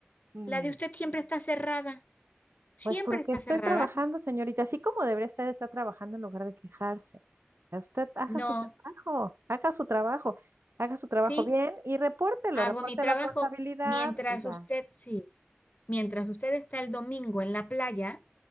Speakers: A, on the right; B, on the left.
A: Mm,
B: La de usted siempre está cerrada. Siempre
A: Pues porque
B: está
A: estoy
B: cerrada.
A: trabajando, señorita, así como debería usted estar trabajando en lugar de quejarse. Usted haga
B: No.
A: su trabajo, haga su trabajo, haga su trabajo
B: Sí,
A: bien y repórtelo,
B: hago
A: repórtelo
B: mi trabajo.
A: a contabilidad
B: Mientras
A: y ya.
B: usted, sí, mientras usted está el domingo en la playa,